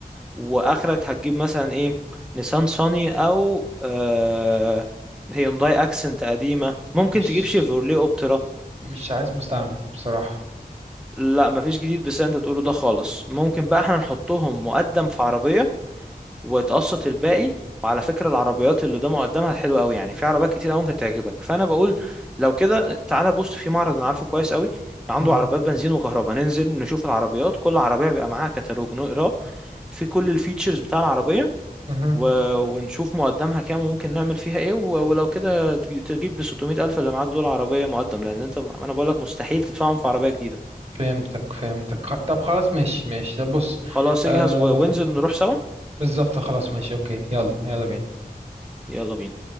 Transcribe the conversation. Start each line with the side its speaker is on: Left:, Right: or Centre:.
Centre: واخرك هتجيب مثلا ايه نيسان صاني او آه هيونداي اكسنت قديمه ممكن
Right: مش
Centre: تجيب شيفروليه اوبترا
Right: مش عايز مستعمل بصراحة
Centre: لا مفيش جديد بس انت تقوله ده خالص ممكن بقى احنا نحطهم مقدم في عربيه وتقسط الباقي وعلى فكرة العربيات اللي ده مقدمها حلوة قوي يعني في عربيات كتير قوي ممكن تعجبك فأنا بقول لو كده تعالى بص في معرض أنا عارفه كويس قوي عنده
Right: مهم.
Centre: عربيات بنزين وكهرباء ننزل نشوف العربيات كل عربية بيبقى معاها كتالوج نقراه في كل الفيتشرز بتاع العربية
Right: مهم.
Centre: و... ونشوف مقدمها كام وممكن نعمل فيها ايه و... ولو كده تج- تجيب ب 600 ألف اللي معاك دول عربية مقدم لأن انت أنا بقول لك مستحيل تدفعهم في عربية جديدة
Right: فهمتك فهمتك خ- طب خلاص ماشي ماشي طب بص
Centre: خلاص
Right: آه
Centre: اجهز و... وانزل نروح سوا
Right: بالظبط خلاص ماشي اوكي يلا يلا بينا
Centre: يلا بينا